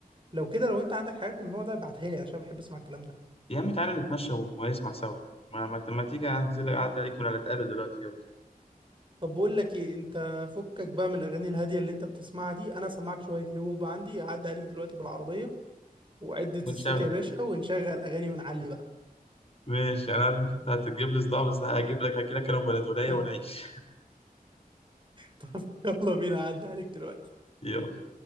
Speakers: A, on the right; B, on the left.
A: لو كده لو انت عندك حاجات من النوع ده ابعتها لي عشان بحب اسمع الكلام ده
B: يا عم تعالى نتمشى ونسمع سوا ما ما ما تيجي انزل اعدي عليك ولا نتقابل دلوقتي يلا
A: طب بقول لك ايه انت فكك بقى من الاغاني الهاديه اللي انت بتسمعها دي انا سامعك شويه هيب هوب عندي هعدي عليك دلوقتي بالعربيه وعدة
B: ونشغل
A: الصوت يا باشا ونشغل اغاني ونعلي بقى
B: ماشي انا عارف انك هتجيب لي صداع بس هجيب لك هجي لك انا وبلدولية
A: <laughs>
B: ونعيش <laughs>
A: طب يلا بينا هعدي عليك دلوقتي
B: يلا